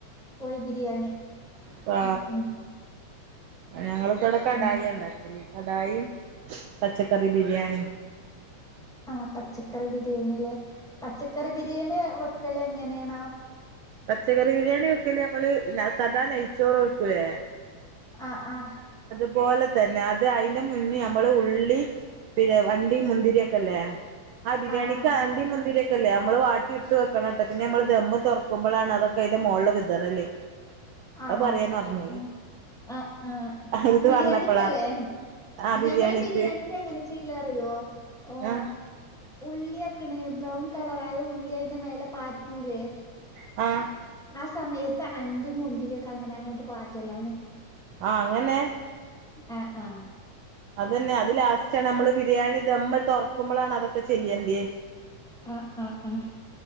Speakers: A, in the centre; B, on the right.
A: കോഴി ബിരിയാണി
B: ആ...
A: ഉം ഉം
B: ഞങ്ങള്ക്ക്‌വ്ടെ കടായിണ്ടാക്കല്
A: ഉം
B: കടായിയും പച്ചക്കറി ബിര്യാണിം
A: അ പച്ചക്കറി ബിര്യാണിലെ പച്ചക്കറി ബിര്യാണി വെക്കലെങ്ങനേണ്
B: പച്ചക്കറി ബിര്യാണി വെക്കല് മ്മള് സാദാ നെയ്ച്ചോറ് വെക്കൂലേ
A: അ അ.
B: തുപോലെതന്നെ അത് അയ്ന്റെ മുന്നേം മ്മള് ഉള്ളി പിന്നെഅണ്ടിം മുന്തിര്യോഒക്കെല്ലേ ആ.. ബിര്യാണിക്ക്‌
A: ആഹ് ആഹ്
B: അണ്ടിം മുന്തിര്യോക്കല്ലേ മ്മള് വാട്ടി ഇട്ട് വെക്കണട്ടോ പിന്നെമ്മള് ദമ്മ് തൊറക്ക ക്കുമ്പളാണ് അതൊക്കെ അയ്ന്റെമോളില് വിതറല്
A: ആണോ
B: അവ് പറയാൻ മറന്നോയി
A: ഉം ആഹ് ആഹ്
B: അഹ് ത്
A: ബിരിയാണിക്കല്ലേ
B: പറഞ്ഞപ്പളാ ആ ബിരിയാണിക്ക്
A: ഞങ്ങള് ബിരിയാണിക്കെങ്ങന ചെയ്യലെന്നറിയോ.. ഓ...
B: ആ
A: ഉള്ള്യകിണ് ബ്രൗൺ കളറായ ഉള്ളി അയിന്റെ മേലെ പാറ്റൂലേ..
B: അ.
A: ആ സമയത്ത് അണ്ടിം. മുന്തിരിയൊക്കെ അങ്ങനെ അങ്ങണ്ട്. പാറ്റല്ലാണ്
B: ആഹ, അങ്ങനെ
A: ആ ആഹ
B: അതന്നെ അത് ലാസ്റ്റണ് അമ്മള് ബിരിയാണി ദമ്മ് തൊറക്കുമ്പോളാണ് അതൊക്കെ, ചെയ്യണ്ടേ
A: ആഹ, ആഹ, ആഹ